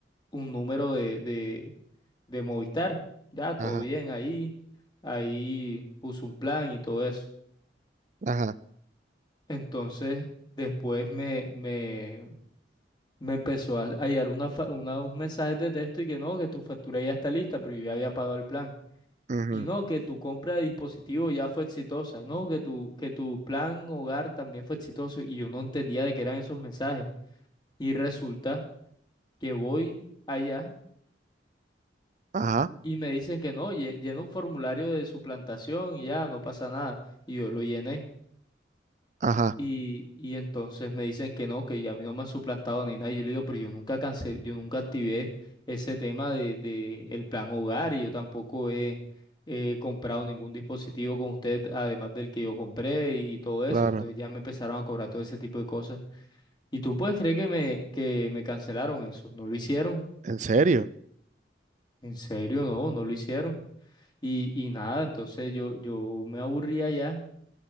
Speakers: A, on the left; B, on the right.
A: un número de, de, de Movistar. Ya, todo
B: ajá,
A: bien ahí. Ahí puse un plan y todo eso.
B: ajá,
A: Entonces, después me, me, me empezó a, a llegar una, fa- una- un mensaje de texto y que no, que tu factura ya está lista, pero yo ya había pagado el plan.
B: ujú,
A: Y no, que tu compra de dispositivo ya fue exitosa, no, que tu, que tu plan hogar también fue exitoso y yo no entendía de qué eran esos mensajes. Y resulta que voy allá
B: ajá,
A: y me dicen que no, lle- llena un formulario de suplantación y ya, no pasa nada. Y yo lo llené.
B: ajá,
A: Y, y entonces me dicen que no, que a mí no me han suplantado ni nada. Y yo le digo, pero yo nunca cancelé, yo nunca activé ese tema de, de el plan hogar y yo tampoco he, he comprado ningún dispositivo con usted, además del que yo compré y, todo
B: claro,
A: eso. Entonces ya me empezaron a cobrar todo ese tipo de cosas. ¿Y tú puedes creer que me, que me cancelaron eso? ¿No lo hicieron?
B: en serio.
A: En serio, no, no lo hicieron. Y, y nada, entonces yo, yo me aburría ya